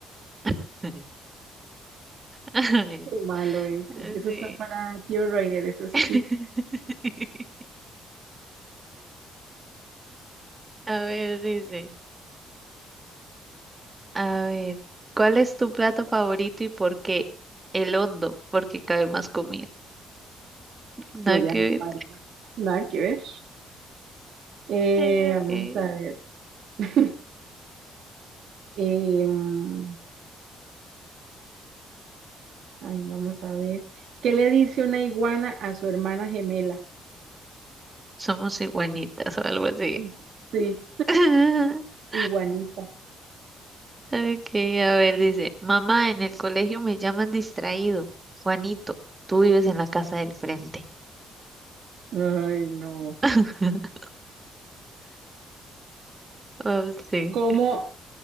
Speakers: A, on the right (about 25°); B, on the right (about 70°).
A: <laughs> A ver,
B: Qué malo ese.
A: ah,
B: Eso
A: sí.
B: está para tío Reiner, esos
A: <laughs>
B: chistes.
A: A ver, dice. A ver, ¿cuál es tu plato favorito y por qué? El hondo, porque cabe más comida. <laughs> Nada
B: Gloria
A: que
B: no, María, nada que ver. Eh,
A: ver.
B: vamos
A: Eso
B: a ver. <laughs> Eh, mm, ay, vamos a ver. ¿Qué le dice una iguana a su hermana gemela?
A: Somos iguanitas o algo así.
B: Pues, Sí,
A: <laughs>
B: iguanita.
A: Ok, a ver, dice, mamá, en el colegio me llaman distraído. Juanito, tú vives en la casa del frente.
B: Ay, no.
A: <laughs> Oh, sí.
B: ¿Cómo,